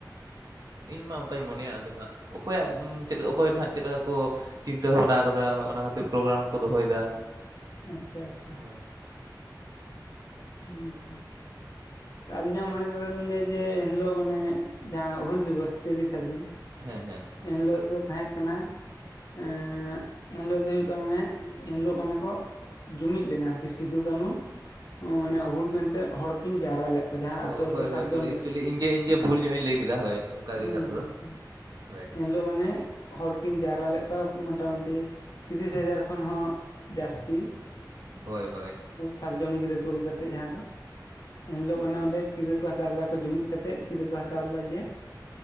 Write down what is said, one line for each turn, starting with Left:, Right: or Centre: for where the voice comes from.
Right: ᱤᱧ ᱢᱟ ᱚᱱᱠᱟᱧ ᱢᱚᱱᱮᱭᱟ ᱟᱫᱚ ᱱᱟᱦᱟᱸᱜ ᱚᱠᱚᱭᱟᱜ ᱪᱮᱫ ᱞᱮᱠᱟ ᱚᱠᱚᱭ ᱱᱟᱦᱟᱸᱜ ᱪᱮᱫ ᱞᱮᱠᱟ ᱠᱚ ᱪᱤᱱ ᱛᱟᱹ ᱵᱷᱟᱵᱽᱱᱟ ᱟᱠᱟᱫᱟ᱾ ᱚᱱᱟ ᱠᱷᱟᱹᱛᱤᱨ ᱯᱨᱳᱜᱨᱟᱢ ᱠᱚ ᱫᱚᱦᱚᱭ ᱫᱟ᱾
Left: ᱟᱪᱪᱷᱟ ᱟᱪᱪᱷᱟ
Right: ᱟᱨ
Left: ᱦᱩᱸ ᱛᱚ ᱟᱹᱞᱤᱧᱟᱜ ᱢᱚᱱᱮ ᱞᱟᱹᱭᱟ ᱡᱮ ᱮᱱᱦᱤᱞᱳᱜ ᱢᱟᱱᱮ ᱡᱟᱦᱟᱸ ᱦᱩᱞ ᱫᱤᱵᱚᱥ ᱛᱤᱨᱤᱥᱟ ᱡᱩᱱ
Right: ᱦᱮᱸ ᱦᱮᱸ
Left: ᱮᱱᱦᱤᱞᱚᱜ ᱫᱚ ᱛᱟᱦᱮᱸᱜ ᱠᱟᱱᱟ᱾ ᱮᱸᱻ ᱮᱱᱦᱤᱞᱳᱜ ᱫᱚ ᱦᱩᱭᱩᱜ ᱠᱟᱱᱟ ᱢᱟᱱᱮ ᱮᱱᱦᱤᱞᱳᱜ ᱢᱟᱱᱮ ᱠᱚ ᱡᱩᱢᱤᱫ ᱞᱮᱱᱟ ᱟᱨᱠᱤ ᱥᱤᱫᱩ ᱠᱟᱹᱱᱩ ᱢᱟᱱᱮ ᱦᱩᱞ ᱢᱮᱱᱛᱮᱫ ᱦᱚᱲᱠᱤᱱ ᱡᱟᱣᱨᱟ ᱞᱮᱫ ᱠᱚᱣᱟ ᱡᱟᱦᱟᱸ
Right: ᱚ
Left: ᱟᱛᱳ ᱟᱛᱳ
Right: ᱦᱳᱭ
Left: ᱥᱟᱨᱡᱚᱢ
Right: ᱦᱳᱭ ᱥᱚᱨᱤ
Left: ᱰᱟᱹᱨ
Right: ᱮᱠᱪᱩᱭᱮᱞᱤ ᱤᱧᱜᱮ ᱤᱧᱜᱮ ᱵᱷᱩᱞ ᱧᱚᱜ ᱤᱧ ᱞᱟᱹᱭ ᱠᱮᱫᱟ ᱦᱳᱭ ᱚᱱᱠᱟᱜᱮ
Left: ᱦᱩᱸ
Right: ᱠᱟᱛᱷᱟ
Left: ᱦᱩᱸ
Right: ᱫᱚ
Left: ᱦᱩᱸ
Right: ᱦᱳᱭ
Left: ᱮᱱᱦᱤᱞᱳᱜ ᱢᱟᱱᱮ ᱦᱚᱲᱠᱤᱱ ᱡᱟᱣᱨᱟ ᱞᱮᱫ ᱠᱚᱣᱟ᱾ ᱢᱚᱴᱟᱢᱚᱴᱤ ᱛᱤᱨᱤᱥ ᱦᱟᱡᱟᱨ ᱠᱷᱚᱱ ᱦᱚᱸ ᱡᱟᱹᱥᱛᱤ᱾
Right: ᱦᱳᱭ ᱦᱳᱭ
Left: ᱥᱟᱨᱡᱚᱢ ᱜᱤᱨᱟᱹ ᱠᱳᱞ ᱠᱟᱛᱮᱜ ᱡᱟᱦᱟᱸ ᱫᱚ ᱮᱱᱦᱤᱞᱳ ᱢᱟᱱᱮ ᱚᱸᱰᱮ ᱠᱤᱨᱟᱹ ᱠᱚ ᱦᱟᱛᱟᱣ ᱞᱮᱫᱟ ᱡᱩᱢᱤᱫ ᱠᱟᱛᱮᱜ ᱠᱤᱨᱟᱹ ᱠᱚ ᱦᱟᱛᱟᱣ ᱞᱮᱫᱟ ᱡᱮ